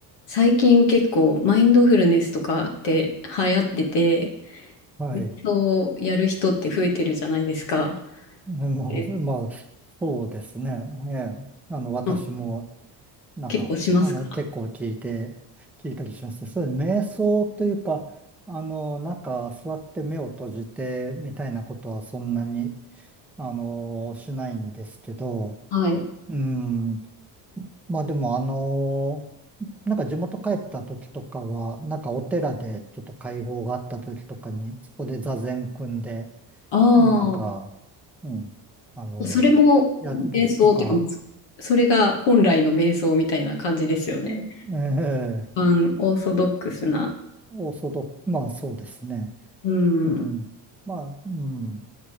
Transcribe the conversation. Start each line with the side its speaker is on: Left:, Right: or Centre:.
Left: 最近結構マインドフルネスとかって流行ってて、
Centre: はい。
Left: 瞑想をやる人って増えてるじゃないですか。
Centre: <laughs> まあ、
Left: え
Centre: まあ、そうですね。ええ。あの、私も、
Left: うん
Centre: なんか、
Left: 結構しますか
Centre: あの、結構聞いて、聞いたりします。そういう瞑想というか、あの、なんか、座って目を閉じて、みたいなことはそんなに、あの、しないんですけど、
Left: はい。
Centre: うん。まあ、でも、あの、なんか地元帰った時とかは、なんかお寺でちょっと会合があった時とかに、そこで座禅組んで、
Left: あ
Centre: なんか、うん、あの、
Left: あ、それも瞑想っていうか、
Centre: 矢印とか、
Left: それが本来の瞑想みたいな感じですよね。
Centre: うんええ
Left: 一般オーソドックスな。
Centre: オーソドック、まあそうですね。
Left: うん。
Centre: うん。
Left: うん
Centre: まあ、うん。